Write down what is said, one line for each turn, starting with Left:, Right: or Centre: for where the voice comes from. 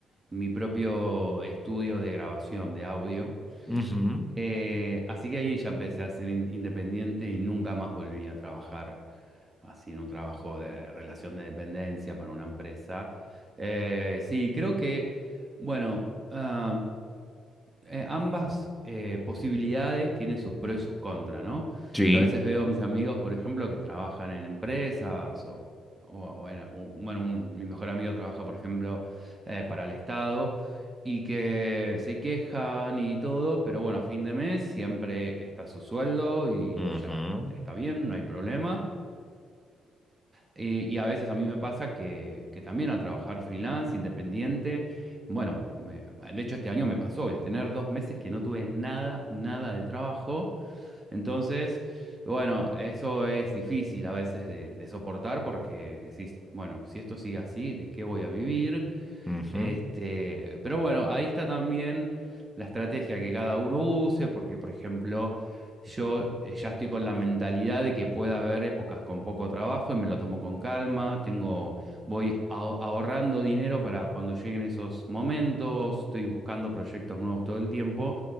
Right: mi propio estudio de grabación de audio.
Centre: ujú,
Right: Eh, así que ahí ya empecé a ser in- independiente y nunca más volví a trabajar así en un trabajo de relación de dependencia para una empresa. Eh, sí, creo que, bueno, ah, eh, ambas eh, posibilidades tienen sus pros y sus contras, ¿no?
Centre: Sí.
Right: Yo a veces veo a mis amigos, por ejemplo, que trabajan en empresas o, o o en- o- bueno, un- mi mejor amigo trabaja, por ejemplo, eh, para el Estado y que se quejan y todo, pero bueno, a fin de mes siempre está su sueldo y
Centre: Ujú,
Right: ya está bien, no hay problema. Eh, y a veces a mí me pasa que, que también al trabajar freelance, independiente, bueno, me- de hecho este año me pasó de tener dos meses que no tuve nada, nada de trabajo. Entonces, bueno, eso es difícil a veces de, de soportar porque decís, bueno, si esto sigue así, ¿de qué voy a vivir?
Centre: ujú.
Right: Este, pero bueno, ahí está también la estrategia que cada uno use, porque por ejemplo, yo eh, ya estoy con la mentalidad de que pueda haber épocas con poco trabajo y me lo tomo con calma, tengo, voy aho- ahorrando dinero para cuando lleguen esos momentos, estoy buscando proyectos nuevos todo el tiempo